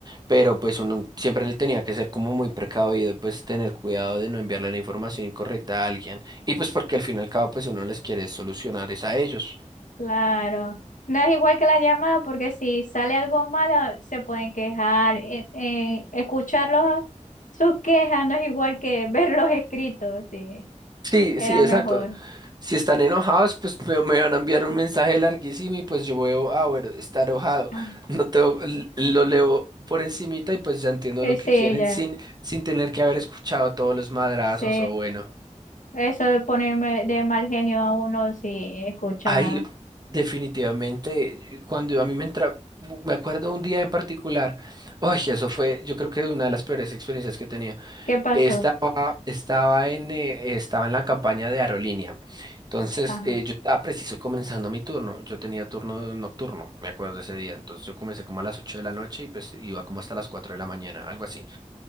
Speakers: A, on the right; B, on the left.
A: pero pues uno siempre le tenía que ser como muy precavido y pues tener cuidado de no enviarle la información incorrecta a alguien. Y pues porque al fin y al cabo pues uno les quiere solucionar es a ellos.
B: Claro. No es igual que la llamada porque si sale algo malo se pueden quejar. Eh, eh, escucharlos sus quejas no es igual que <laughs> verlos escritos, sí.
A: Sí,
B: Era
A: sí, exacto.
B: mejor.
A: Si están enojados, pues me, me van a enviar un mensaje larguísimo y pues yo veo, ah, bueno, está enojado.
B: Ah,
A: No tengo, l- lo leo por encimita y pues ya entiendo
B: Sí,
A: lo
B: sí,
A: que quieren
B: ya.
A: sin, sin tener que haber escuchado todos los madrazos
B: Sí.
A: o bueno.
B: Eso de ponerme de mal genio a uno si escucha.
A: Ahí, definitivamente, cuando a mí me entra, me acuerdo un día en particular, ay, eso fue, yo creo que una de las peores experiencias que tenía.
B: ¿Qué pasó?
A: Estaba, estaba en, eh, estaba en la campaña de aerolínea. Entonces,
B: Ajá.
A: eh, yo estaba preciso comenzando mi turno. Yo tenía turno nocturno, me acuerdo de ese día. Entonces, yo comencé como a las 8 de la noche y pues iba como hasta las 4 de la mañana, algo así.